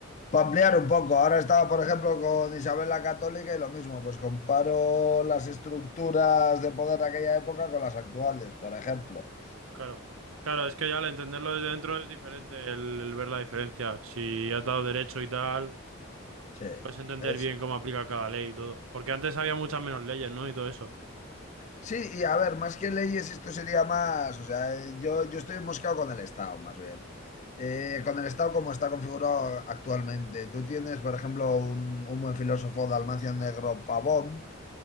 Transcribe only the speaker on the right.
Claro. Claro, es que ya al entenderlo desde dentro es diferente el, el ver la diferencia. Si has dado derecho y tal,
puedes entender
bien cómo aplica cada ley y todo. Porque antes había muchas menos leyes, ¿no? Y todo eso.